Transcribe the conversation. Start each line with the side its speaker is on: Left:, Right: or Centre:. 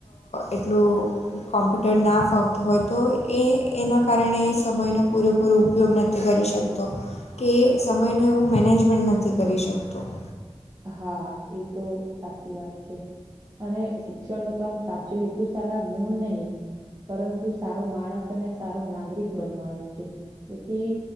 Left: એટલું- - કોમ્પ્યુટર ના ફાવતું હોય તો એ એના કારણે એ સમયનું પૂરેપૂરું- - ઉપયોગ નથી કરી શકતો કે સમયનું એવું મેનેજમેન્ટ નથી કરી શકતો- -
Right: હા એ તો સાચી વાત છે. અને શિક્ષણ નો તો આમ સાચો હેતુ સારા ગુણ નહી- - પરંતુ સારો માણસ અને સારો નાગરિક બનવાનો છે તેથી